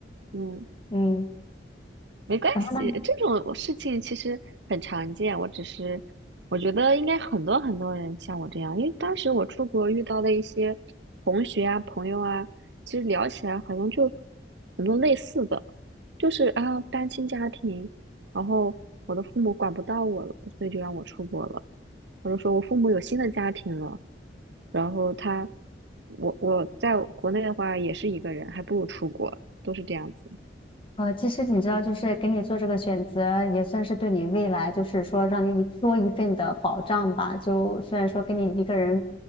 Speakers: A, on the right; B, on the left.
A: 嗯，
B: 嗯。
A: 没关系，
B: 然后呢？
A: 这种事情其实很常见。我只是，我觉得应该很多很多人像我这样，因为当时我出国遇到的一些同学啊、朋友啊，其实聊起来好像就很多类似的，就是啊，单亲家庭，然后我的父母管不到我了，所以就让我出国了。我就说我父母有新的家庭了，然后他，我我在国内的话也是一个人，还不如出国，都是这样子。
B: 呃，其实你知道，就是给你做这个选择，也算是对你未来，就是说让你多一份的保障吧。就虽然说给你一个人